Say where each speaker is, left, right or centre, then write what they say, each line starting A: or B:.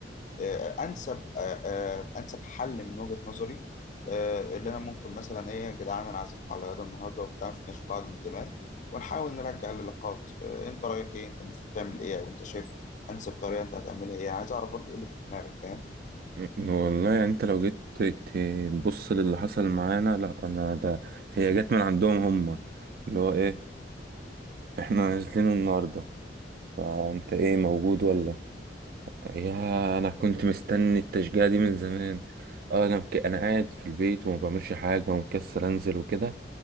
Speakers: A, on the left; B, on the right.
A: آه، انسب آه، آه، انسب حل من وجهة نظري آه، اللي انا ممكن مثلا ايه يا جدعان انا عازمكم على غدا النهارده وبتاع ما شفناش بعض من زمان ونحاول نرجع اللقاءات آه، انت رايك ايه انت المفروض تعمل ايه وانت شايف انسب طريقه انت هتعملها ايه عايز اعرف برضو ايه اللي في دماغك فاهم
B: م- والله يعني أنت لو جيت تبص للي حصل معانا لأ أنا ده هي جت من عندهم هما اللي هو إيه إحنا نازلين النهاردة فأنت إيه موجود ولا يا أنا كنت مستني التشجيع دي من زمان اه انا ك- انا قاعد في البيت وما بعملش حاجه ومكسل انزل وكده